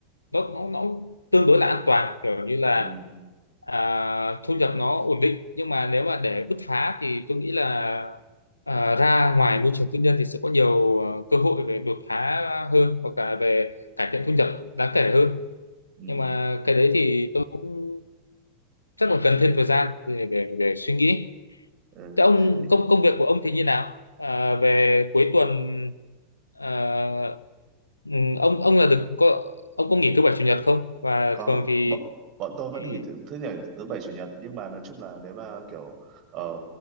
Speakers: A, on the left; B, on the right.
A: nó nó, nó tương đối là an toàn kiểu như là
B: ừ
A: à, thu nhập nó ổn định nhưng mà nếu mà để bứt phá thì tôi nghĩ là à, ra ngoài môi trường tư nhân thì sẽ có nhiều à, cơ hội về đột phá hơn hoặc là về cải thiện thu nhập đáng kể hơn
B: Ừ,
A: nhưng mà cái đấy thì tôi cũng chắc là cần thêm thời gian để để, để suy nghĩ
B: ờ,
A: Thế ông
B: thì
A: công công việc của ông thì như nào? À, về cuối tuần à, ừ, ông ông là được có ông có nghỉ thứ bảy chủ nhật không? Và
B: có
A: thường thì,
B: bọn bọn tôi vẫn
A: thì
B: nghỉ thứ thứ nhảy thứ bảy chủ nhật nhưng mà nói chung là nếu mà kiểu ở